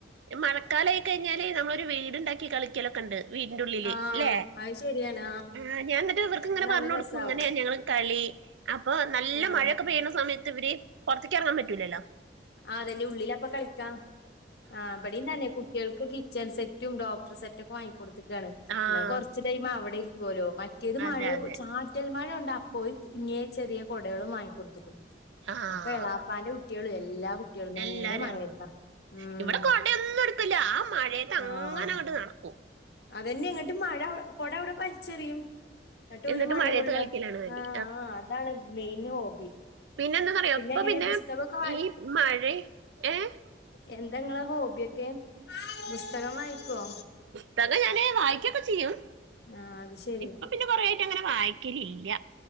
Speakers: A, on the right; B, on the left.
A: മഴക്കാലായി കഴിഞ്ഞാല് നമ്മളൊരു വീട്ണ്ടാക്കി കളിക്കലൊക്കണ്ട് വീട്ന്റുള്ളില്
B: ആഹ്
A: ലേ.
B: അത് ശരിയാണ്
A: ആഹ് ഞാ ഇന്ന്ട്ട് ഇവർക്ക്ങ്ങനെ
B: അത് നല്ല
A: പറഞ്ഞൊട്ക്കും
B: രസാവും
A: ഇങ്ങനേ ഞങ്ങളെ കളി അപ്പോ നല്ല
B: ആഹ്
A: മഴൊക്ക പെയ്യ്ണ സമയത്ത് ഇവര് പൊറ്ത്ത്ക്ക് എറങ്ങാൻ പറ്റൂലല്ലൊ.
B: ആഹ് അതല്ലെ ഉള്ളിലപ്പ കളിക്ക ആഹ് ഇബടീം തന്നെ കുട്ട്യോൾ കിച്ചൺ സെറ്റും ഡോക്ടറ്സെറ്റൊക്ക വാങ്ങിക്കൊട്ത്ത്ക്കാണ്
A: ആഹ്
B: ഇന്ന കൊറ്ച്ച് ടൈമ് അവടെ ഇരിക്കോലൊ. മറ്റേത്
A: അതെ
B: മഴ
A: അതെ
B: ചാറ്റൽ മഴൊണ്ട് അപ്പൊ ഒര് കുഞ്ഞേ ചെറീ കൊടേളും വാങ്ങിക്കൊടുത്ത്ക്ക്ണു.
A: ആഹ്
B: അപ്പൊ എളാപ്പാന്റെ കുട്ട്യോളും എല്ലാ കു ട്ട്യേളും നേരെ
A: എല്ലാരും
B: മഴേത്ത
A: ഇറങ്ങും
B: ഉം
A: ഇവിടെ കൊടയൊന്നും എടുക്കില്ല ആ മഴയത്ത് അങ്ങനെ
B: ആഹ്.
A: അങ്ങോട്ട് നടക്കും
B: അതെന്നെ ഇങ്ങ്ട്ട് മഴ കൊട ഇവടെ വലിച്ചെറിം ഇന്ന്ട്ട്
A: എന്നിട്ട്
B: ഓല് മഴ
A: മഴയത്ത്
B: കൊള്ള
A: കളിക്കലാണ് പണി
B: ആഹ് ആഹ് അതാണ്. Main hobby.
A: പിന്നെന്താന്നറിയൊ ഇപ്പൊ
B: എങ്ങനെ
A: പിന്നെ
B: പുസ്തകൊക്കെ
A: ഈ മഴീ ഏഹ്
B: എന്ത ഇങ്ങളെ ഹോബ്യൊക്കെ ബുസ്തകം വായിക്ക്വൊ?
A: ബുസ്തകം ഞാന് വായിക്കൊക്കെ ചെയ്യും.
B: ആഹ് അത് ശെരി
A: ഇപ്പൊ പിന്നെ കൊറേ ആയിട്ട് അങ്ങനെ വായിക്കലില്ല